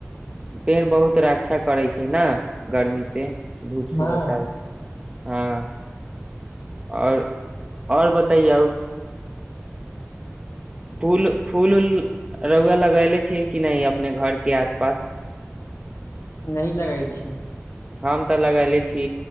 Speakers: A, on the right; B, on the left.
A: पेड़ बहुत रक्षा करै छै ने गर्मी से धूप से
B: हँ
A: बचाइ <unintelligible> हँ आओर आओर बताइए आउ पूल पूल <unintelligible> रौआ लगले छी कि नहि अपने घर के आस पास
B: न लगै छिय
A: हम तऽ लगैले छी